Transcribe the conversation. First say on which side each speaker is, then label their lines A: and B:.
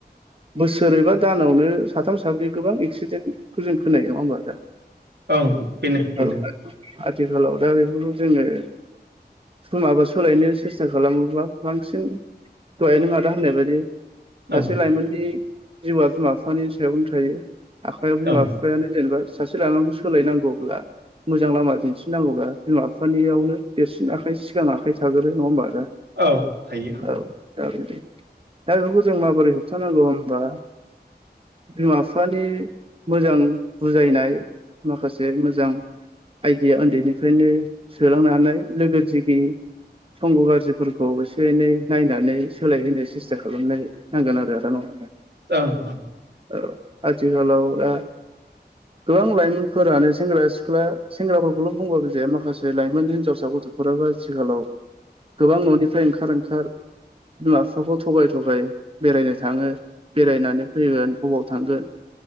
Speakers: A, on the right; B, on the right.
A: बोसोरैबा दानावनो साथाम साब्रै गोबां एक्सिडेन्टखौ जों खोनायो नङा होनोमबा नोंथां?
B: ओं बेनो
A: औ
B: बेनो
A: आथिखालाव दा बेफोरखौ जोङो समाबो सोलायनो सेस्था खालामोबा बांसिन दहाय नों आदा होननाय बायदि सासे
B: ओं
A: लाइमोननि जिउआ बिमा बिफानि सायावनो थायो आखयाव बिमा
B: ओं
A: बिफायानो जेनेबा सासे लानांगौ सोलायनांगौब्ला मोजां लामा दिन्थिनांगौबा बिमा बिफानियावनो देरसिन आखाइ सिगां आखाइ थाग्रो नङा होमबा?
B: औ थायो
A: औ दा बिदि दा बेफोर जों माबोरै होबथानांगौ होनबा बिमा बिफानि मोजां बुजायनाय माखासे मोजां आयदिया उन्दैनिफ्रायनो सोलांनानै लोगो दिगि संग' गाज्रिफोरखौ एसे एनै नायनानै सोलायहोनो सेस्था खालामनाय नांगोन आरो <unintelligible>
B: ओं ओं
A: औ आथिखालावाव दा गोबां लाइमोनफोरानो सेंग्रा सिख्ला सेंग्राफोरखौल' बुंबाबो जाया माखासे लाइमोन हिनजावसा गथ' फाबो आथिखालाव गोबां न'निफ्राय ओंखार ओंखार बिमा बिफाखौ थगाय थगाय बेरायनो थाङो बेरायनानै फैगोन बबाव थांगोन